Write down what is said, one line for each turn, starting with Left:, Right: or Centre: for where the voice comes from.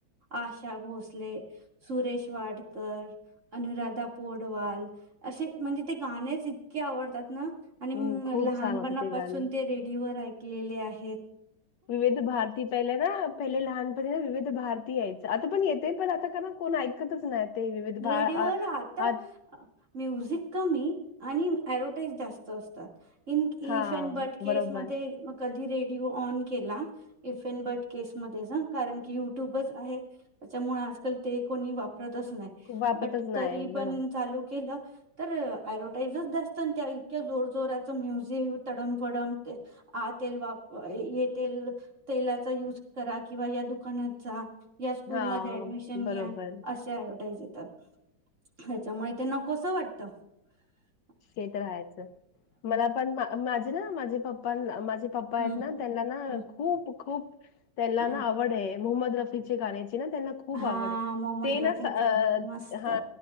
Right: आशा भोसले सुरेश वाडकर अनुराधा पोडवाल असे म्हणजे ते गाणेच इतके आवडतात आणि
Left: हो खूप
Right: लहानपणापासून
Left: छान होतं ते गाणे.
Right: ते रेडिओ वर ऐकलेले आहे
Left: विविध भारती पहिले ना पहिले लहानपनी विविध भारतीय यायच आता पण येते पण आता का कोण ऐकतच नाही ते विविध भा
Right: रेडिओ
Left: आ
Right: व आता
Left: आ
Right: म्युझिक कमी आणि ऍडव्हटाईज जास्त असतात इन
Left: हां,
Right: इफ अड बट केस
Left: बरोबर.
Right: मध्ये कधी रेडिओ ओन केला इफ इन बट केस मधेच कि युटू त्यामुळे आजकल ते कोणी वापरतच नाही
Left: खूप वापरतच
Right: बट
Left: नाही.
Right: तरी पण
Left: बरोबर.
Right: चालू केलं तर अडव्हटाईज जास्त त्या इतक्या जोर जोराच म्युझिक तडमफडम आ तेल वाप ये तेल तेलाचा युज करा किंवा या दुकानात जा या स्कूलमध्येध्ये
Left: हां,
Right: अऍडमिशन घ्या
Left: बरोबर.
Right: असे ऍडव्हटाईज तर त्याच्यामुळे त्यांना कसं वाटत ट्ट
Left: हे तर राहायचं मला पण माझे ना माझे पप्पा न माझे पप्पा
Right: हम्म
Left: आहेत ना त्यांना ना
Right: हम्म
Left: खूप खूप तेला
Right: हम्म
Left: ना आवडे मोहम्मद रफी चे गाण्याचे ते ना त्यांना खूप
Right: हा
Left: आवड आहे
Right: मोहम्मद
Left: ते ना
Right: रफी
Left: अअ
Right: पण मस्त
Left: हा